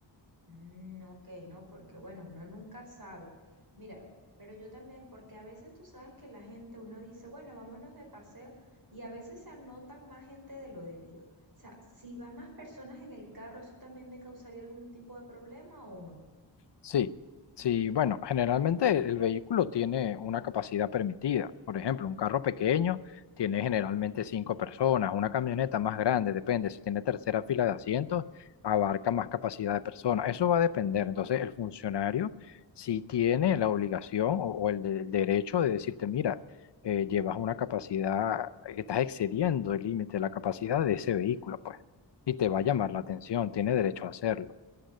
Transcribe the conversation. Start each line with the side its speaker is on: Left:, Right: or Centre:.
Right: Mm, ok, no, porque bueno, uno nunca sabe. Mira, a ver, pero yo también, porque a veces tú sabes que la gente, uno dice, bueno, vámonos de paseo, y a veces se anotan más gente de lo debido. O sea, si van más personas en el carro, ¿eso también me causaría algún tipo de problema o no?
Left: Sí, sí, bueno, generalmente el vehículo tiene una capacidad permitida. Por ejemplo, un carro pequeño tiene generalmente cinco personas, una camioneta más grande, depende, si tiene tercera fila de asientos, abarca más capacidad de personas. Eso va a depender. Entonces, el funcionario sí tiene la obligación o, o el, de- el derecho de decirte, mira, eh, llevas una capacidad, estás excediendo el límite de la capacidad de ese vehículo, pues, y te va a llamar
Right: Mm.
Left: la atención, tiene derecho a hacerlo.